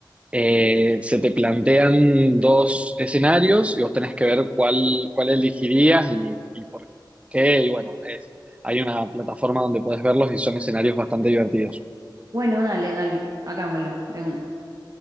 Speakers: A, on the right; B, on the right.
A: eh, se te plantean dos escenarios y vos tenés que ver cuál, cuál elegirías y, y por qué. Y bueno, es, hay una plataforma donde podés verlos y son escenarios bastante divertidos.
B: Bueno, dale, dale, hagámoslo de una.